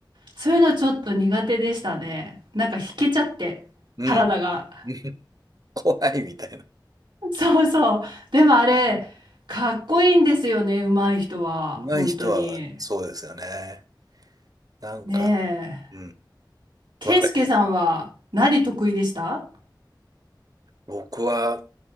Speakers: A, on the right; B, on the right.
A: そういうのちょっと苦手でしたね。なんか引けちゃって、
B: うん。
A: 体が。
B: <laughs> うん怖いみたいな。
A: そうそう。でもあれ、かっこいいんですよね、上手い人は。
B: 上手い人はそうですよね。
A: 本当に。
B: なんか、
A: ねえ。
B: うん。
A: ケイスケさんは何得意でした
B: わかる。僕は